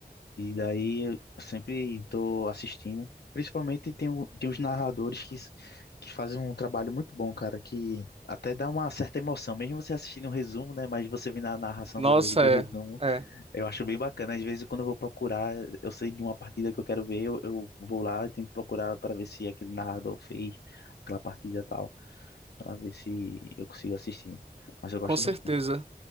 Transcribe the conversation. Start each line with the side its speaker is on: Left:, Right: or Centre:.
Left: E daí eu sempre tô assistindo. Principalmente tem, o- tem os narradores que, s- que fazem um trabalho muito bom, cara, que até dá uma certa emoção. Mesmo você assistindo o resumo, né, mas você vendo a narração
Right: Nossa,
Left: dele ali do
Right: é.
Left: resumo,
Right: é.
Left: eu acho bem bacana. Às vezes quando eu vou procurar, eu sei de uma partida que eu quero ver, eu, eu vou lá e tento procurar para ver se aquele narrador fez aquela partida e tal pra ver se eu consigo assistir. Mas eu gosto
Right: Com certeza.
Left: bastante.